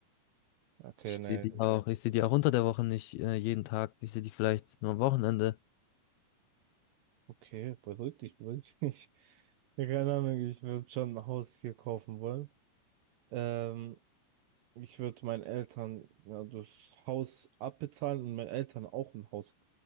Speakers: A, on the right (about 85°); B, on the left (about 80°).
A: Okay,
B: Ich
A: ne,
B: sehe die auch, ich sehe die auch unter der Woche nicht äh, jeden Tag. Ich sehe die vielleicht nur am Wochenende.
A: okay, beruhig dich, beruhig dich. <laughs> Ja, keine Ahnung, ich würde schon ein Haus hier kaufen wollen. Ähm, ich würde meinen Eltern, ja, das Haus abbezahlen und meinen Eltern auch ein Haus